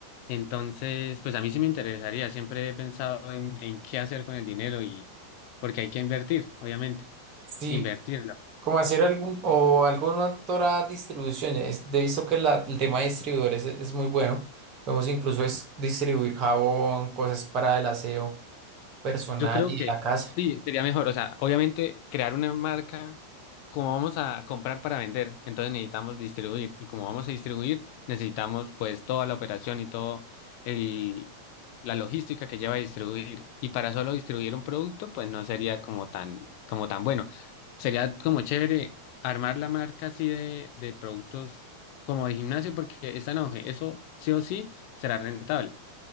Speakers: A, on the left (about 45°); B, on the right (about 35°).
A: Entonces, pues a mí sí me interesaría. Siempre he pensado en, en qué hacer con el dinero y porque hay que invertir, obviamente,
B: Sí,
A: invertirlo.
B: como hacer algún o alguna otra distribución. Es, he visto que la- el tema de distribuidores es, es muy bueno. Podemos incluso es distribuir jabón, cosas para el aseo personal
A: Yo creo
B: y
A: que
B: de la casa.
A: sí, sería mejor. O sea, obviamente crear una marca, como vamos a comprar para vender, entonces necesitamos distribuir. Y como vamos a distribuir, necesitamos pues toda la operación y todo el, la logística que lleva a distribuir. Y para solo distribuir un producto, pues no sería como tan, como tan bueno. Sería como chévere armar la marca así de, de productos como de gimnasio, porque esa en auge. Eso sí o sí será rentable.